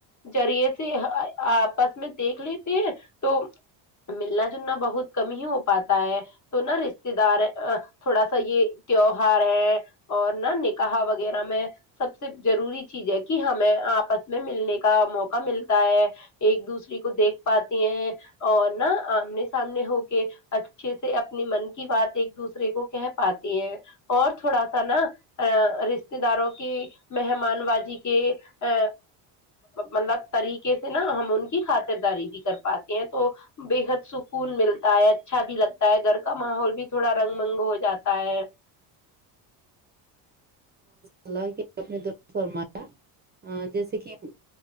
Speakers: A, on the left (about 35°); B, on the right (about 20°).
A: ذریعے سے آپس میں دیکھ لیتے ہیں تو ملنا جلنا بہت کم ہی ہو پاتا ہے تو نا رشتے دار تھوڑا سا یہ تیوہار ہے اور نہ نکا وغیرہ میں سب سے ضروری چیز ہے کہ ہم میں آپس میں ملنے کا موقع ملتا ہے ایک دوسرے کو دیکھ پاتی ہیں اور نہا آمنے سامنے ہو کے اچھے سے اپنی من کی بات ایک دوسرے کو کہہ پاتی ہے اور تھوڑا سا نا ا رشتے داروں کے مہمان بازی کے ا مطلب طریقے سے نا ہم ان کی خاطرداری بھی کر پاتے ہیں تو بےحد سکون ملتا ہے اچھا بھی لگتا ہے گھر کا ماحول بھی تھوڑا رنگ منگ ہو جاتا ہے
B: اللہ اپنے د فرمایا جیسے کہ